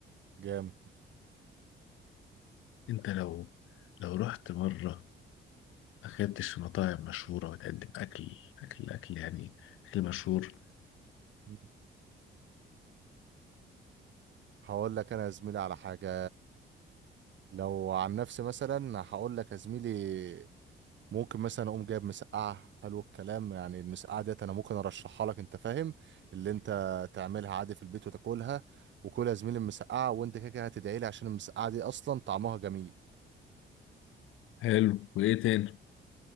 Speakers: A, on the right; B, on the left.
A: جامد
B: انت لو لو رحت مرة ما اكلتش في مطاعم مشهورة وتقدم أكل أكل أكل يعني أكل مشهور
A: مم. هقول لك انا يا زميلي على حاجة لو عن نفسي مثلا هقول لك يا زميلي ممكن مثلا اقوم جايب مسقعه حلو الكلام يعني المسقعه ديت انا ممكن ارشحها لك انت فاهم اللي انت تعملها عادي في البيت وتاكلها وكلها يا زميلي المسقعه وانت كده كده هتدعي لي عشان المسقعه دي اصلا طعمها جميل
B: حلو وإيه تاني؟